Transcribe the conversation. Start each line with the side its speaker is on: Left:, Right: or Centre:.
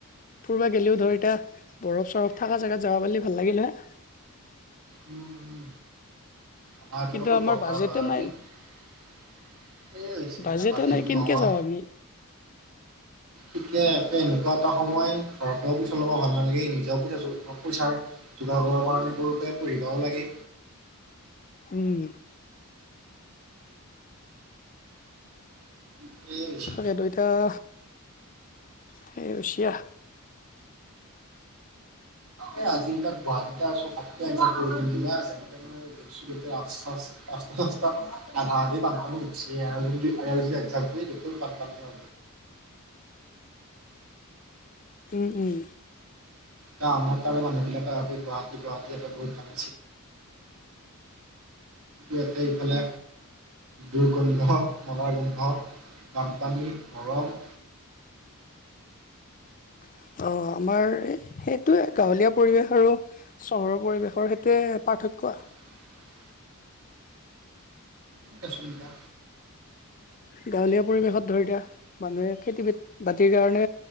Left: পূৰবা গ'লেও ধৰ এতিয়া বৰফ, চৰফ থকা জেগাত যাবা পাৰি ভাল লাগিল হয়।
Right: উম, উম। আমাৰ
Left: কিন্তু
Right: ফালে কত
Left: আমাৰ
Right: বৰফ থকা
Left: বাজেটে
Right: জাগা পাবি।
Left: নাই
Right: সেইয়ে হৈছে,
Left: বাজেটে
Right: এতিয়া বাজেট
Left: নাই কেনকে
Right: নহোৱা
Left: যাওঁ আমি
Right: ঠিকে এনেকুৱা এটা সময় ঘৰৰ পৰা পইচা ল'ব ভাল নালাগে নিজেও পইচা পইচাৰ যোগাৰ কৰিব পৰা নাই। <unintelligible> পঢ়িবও লাগে।
Left: উম।
Right: সেয়ে হৈছে
Left: তাকেতো এতিয়া সেইয়ে হৈছে আৰু।
Right: এ, আজি তাত গুৱাহাটীত আছো, ঘোপকে বৰষুণ দিলে। <unintelligible> ৰাস্তা, চাস্তা আধা আধি বানপানী উঠিছে আৰু যদি আলচি এক্সামছ কটো ক, পান আ।
Left: উম, উম।
Right: এ, আমাৰ তাৰে মানুহ বিলাকে ভাব গুৱাহী, গুৱাহাটী এটা বহুত ডাঙ আছিল ইফালে দুৰ্গন্ধ, মলাৰ গোন্ধ বানপানী গৰম।
Left: <inaudible> অ, আমাৰ সেইটোয়ে গাঁৱলীয়া পৰিৱেশ আৰু চহৰৰ পৰিৱেশৰ সেইটয়ে পাঠক
Right: উম। আসুবিধা
Left: গাঁৱলীয়া পৰিৱেশত ধৰি দয়া মানুহে খেতি বাতিৰ কাৰণে